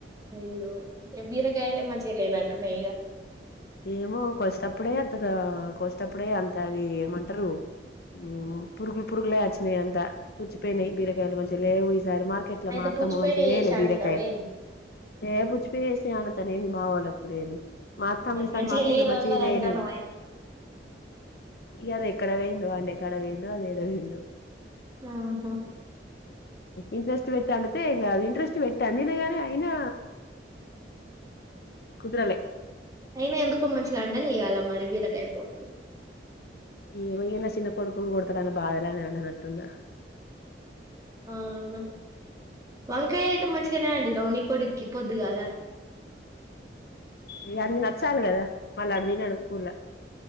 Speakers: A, on the right; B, on the left.
A: అయ్యో ఇగ బీరకాయలే మంచిగా లేనట్టు ఉన్నాయ్ గా
B: ఏమో కోసేటప్పుడే అంతగా కోసేటప్పుడే అంత అది ఏమంటారు ఉమ్ పురుగులు పురుగులె అచ్చినయి అంత పూచ్చిపోయినాయి బీరకాయలు మంచిగా లేవు ఈ సా సార్రి మార్కెట్ల
A: అయితే
B: మా అత్తమ్మ
A: పుచ్చిపోయిన
B: మంచి దెలే
A: చేసాండినవేం
B: బీరకాయలు ఏ పూచ్చిపోఎశిన అండ్ అనేది మా వొళ్ళకు లేదు త్తమ్మ
A: మరి
B: ఈ సారి
A: మంచిగా
B: మార్కెట్ల
A: లేదన్నారు
B: మంచియి తేలేదు
A: అంటానవ్ అయితే
B: ఇగ అది ఎక్కడ పొయిందో అండే కాడ పొయిందో అది ఎడ పొయిందో
A: అహ్మ్
B: ఇంట్రెస్ట్ పెట్టి అండితే ఎం కాదు ఇంట్రెస్ట్ పెట్టి వండిగాని అయినా కుదరలే
A: అయినా ఎందుకో మంచిగా వండలే ఇయాల మరి బీరకాయ పప్పు
B: ఏమో ఇగ నా చిన్న కొడుకుని కొడుత డన్న బాధలనేన్ అండ నట్టున్న
A: ఆ అవునా వంకాయ అయితే మంచిగానే వండినవ్వు ని కొడుక్కి పొద్దుగాల
B: ఇగ ఆనికి నచ్చాలి కదా మళ్ళీ అడు తినడు స్కూల్ల్ల